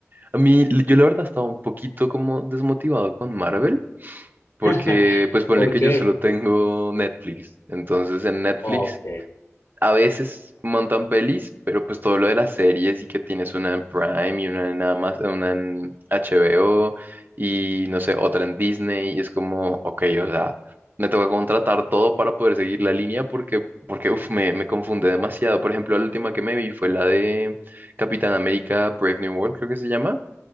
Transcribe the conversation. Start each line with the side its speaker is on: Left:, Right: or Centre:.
Right: A mí, l- yo la verdad estaba un poquito como desmotivado con Marvel, porque
Left: <laughs>
Right: pues ponle
Left: ¿Por
Right: que
Left: qué?
Right: yo solo tengo Netflix. Entonces en Netflix
Left: Ok.
Right: a veces montan pelis, pero pues todo lo de las series y que tienes una en Prime y una en Amazon, una en HBO y no sé, otra en Disney y es como, ok, o sea, me toca contratar todo para poder seguir la línea porque, porque uf, me, me confunde demasiado. Por ejemplo, la última que me vi fue la de Capitán América Brave New World, creo que se llama.